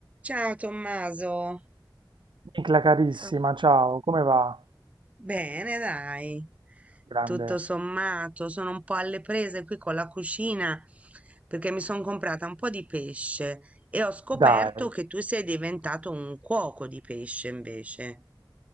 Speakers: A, on the right; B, on the right.
A: Ciao Tommaso,
B: Nicla carissima,
A: Co-
B: ciao, come va?
A: bene dai,
B: Grande,
A: tutto sommato, sono un po' alle prese qui con la cucina perché mi sono comprata un po' di pesce e ho scoperto
B: dai.
A: che tu sei diventato un cuoco di pesce invece.